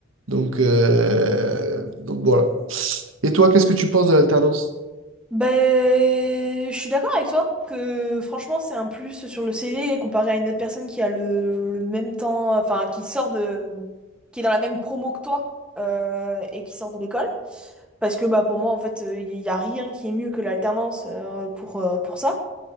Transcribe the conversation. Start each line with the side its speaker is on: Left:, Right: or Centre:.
Right: Donc, euh, donc voilà. Et toi, qu'est-ce que tu penses de l'alternance?
Centre: Ben, je suis d'accord avec toi que franchement c'est un plus sur le CV comparé à une autre personne qui a le, le même temps, enfin qui sort de, qui est dans la même promo que toi euh, et qui sort de l'école. Parce que bah pour moi en fait il n'y a rien qui est mieux que l'alternance euh, pour, euh, pour ça.